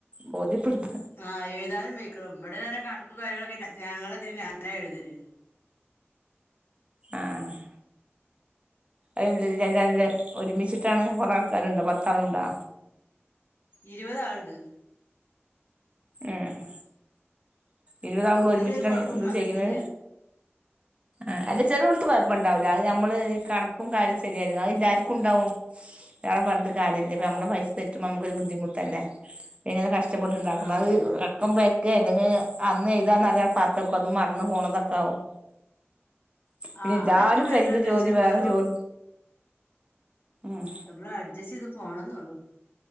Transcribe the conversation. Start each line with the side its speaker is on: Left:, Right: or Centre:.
Right: ബോദ്യപെട്ത്ത
Left: ആഹ് എഴുതാനും വൈക്കണം ഇവിടെ കണക്കും കാര്യങ്ങളൊക്കെ ഞങ്ങളതി ഞാനാഎഴുതല്
Right: ആഹ് <unintelligible> ഒരുമിച്ചിട്ടാണ് കൊറേ ആൾക്കാരുണ്ടോ പത്താളുണ്ടോ
Left: ഇരുപതാളുണ്ട്
Right: ഏഹ് ഇരുപതാളു കൂടി
Left: ഇതുവരെ
Right: ഒരുമിച്ചിട്ടാണ്
Left: ഒരു കുഴപ്പം
Right: ഇത്
Left: വന്നിട്ടില്ല
Right: ചെയ്ണേ ആഹ് അല്ല ചെലട്ത്ത് കുഴപ്പണ്ടാവൂല്ല അത് നമ്മള് കണക്കും കാര്യം ശരിയായിരുന്നു അത് എല്ലാർക്കും ഉണ്ടാവും ഇയാളെ പറഞ്ഞിട്ട്കാര്യല്ല ഇപ്പൊ
Left: ആഹ്
Right: നമ്മള് പൈസ തറ്റുമ്പോ നമുക്കൊരു ബുദ്ധിമുട്ടല്ലേ എങ്ങനെ കഷ്ടപ്പെട്ടുണ്ടാക്കുന്നതാ
Left: ആഹ് അതന്നെ
Right: അത് ക്കും വെക്ക അല്ലെഞ്ഞേ അന്ന് എഴതാറഞ്ഞാണ്ട് പാത്തക്കുംഅതുംമറന്ന് പോണതൊക്കാകും പിന്നെ
Left: ആഹ്
Right: എല്ലാരും
Left: അങ്ങനൊക്കെ വരലുണ്ട്
Right: പേരേത്ത ജോദി
Left: പക്ഷെ എന്നാലും
Right: വേറെ ജോദി ഉം
Left: നമ്മളെ അഡ്ജസ്റ്റ് ചെയ്ത് പോണംന്നള്ളു